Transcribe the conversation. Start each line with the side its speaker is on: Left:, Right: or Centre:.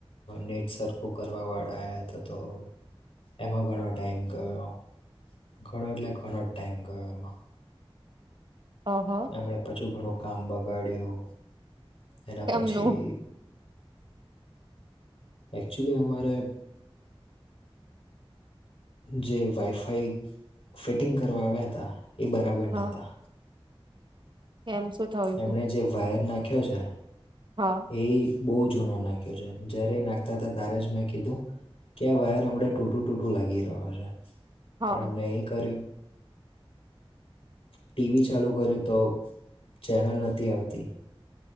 Left: નેટ સરખું કરવા વાળા આવયા હતા તો એમાં ઘણો ટાઈમ ગયો ઘણો એટલે ઘણો ટાઈમ ગયો એમાં.
Right: હ
Left: એમણે પછું ઘણું કામ ગાડ્યો. એના
Right: કેમનું
Left: પછી એકચુલી અમારે જે વાઈફાઈ ફિટિંગ કરવા આવ્યા હતા. એ બરાબર
Right: હા
Left: નહોતા.
Right: કેમ શું થયું
Left: એમણે
Right: તું
Left: જે વાયર નાખ્યો છે.
Right: હા
Left: એ. બહુ જૂનો નાખ્યો છે જ્યારે એ નાખતા હતા તારે જ મેં કીધું કે આ વાયર અમડે ટૂટું ટૂટું લાગી રહ્યો છે.
Right: હા
Left: પણ અમને એ કર્યું. ટીવી ચાલુ કર્યું તો ચેનલ નથી આવતી.